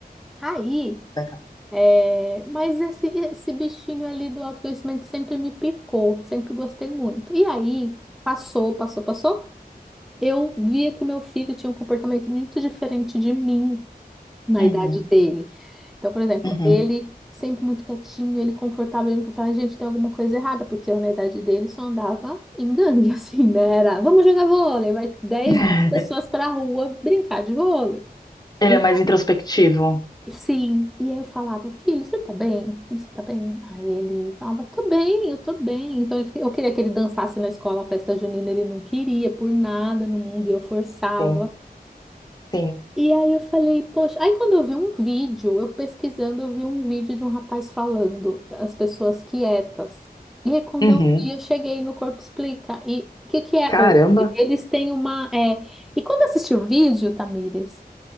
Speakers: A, in the centre; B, on the left.
A: Aí,
B: legal.
A: É, mas esse, esse bichinho ali do autoconhecimento sempre me picou, sempre gostei muito. E aí, passou, passou, passou. Eu via que o meu filho tinha um comportamento muito diferente de mim na
B: Uhum,
A: idade dele. Então, por exemplo,
B: uhum.
A: ele sempre muito quietinho, ele confortável, ele nunca falava, gente, tem alguma coisa errada, porque eu na idade dele só andava em gangue, <laughs> assim, né? Era, vamos jogar vôlei, vai 10
B: <laughs>
A: 20 pessoas pra rua brincar de vôlei.
B: Ele
A: Então,
B: é mais introspectivo.
A: Sim, e aí eu falava, filho, você tá bem? Você tá bem? Aí ele falava, tô bem, eu tô bem. Então ele fica- eu queria que ele dançasse na escola a festa junina, ele não queria por nada no mundo e eu forçava.
B: Sim, sim.
A: E aí eu falei, poxa, aí quando eu vi um vídeo, eu pesquisando, eu vi um vídeo de um rapaz falando, as pessoas quietas. E aí quando
B: Uhum.
A: eu vi, eu cheguei no Corpo Explica. E o que que é
B: Caramba.
A: hoje? Eles têm uma, é... E quando eu assisti o vídeo, Tamires,